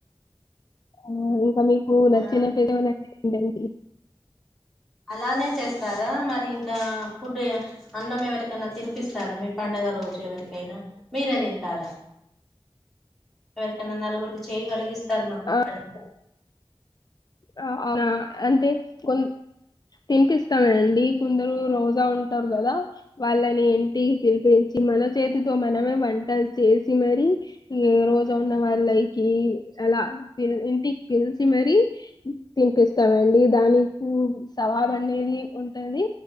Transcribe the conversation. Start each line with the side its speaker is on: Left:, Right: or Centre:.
Left: ఆ ఇంకా మీకు నచ్చిన
Centre: ఆ
Left: ఫెసివల్ ఏంటిదండి
Centre: అలానే చేస్తారా మరి ఇంకా ఫుడ్ అన్నం ఎవరికన్నా తినిపిస్తారా మీ పండుగ రోజు ఎవరికైనా మీరే దింటారా ఎవరికైనా నలుగురికి చేయిగడిగిస్తారు మా
Left: ఆ
Centre: అని
Left: ఆ అంతే కొ తినిపిస్తామండి కొందరు రోజా ఉంటారు గదా వాళ్ళని ఇంటికి పిలిపించి మన చేతి తో మనమే వంటలు చేసి, మరి రోజా ఉన్న వాళ్ళకి అలా ఇంటికి పిలిచి మరి తినిపిస్తామండి. దాని సవాబు అనేది ఉంటది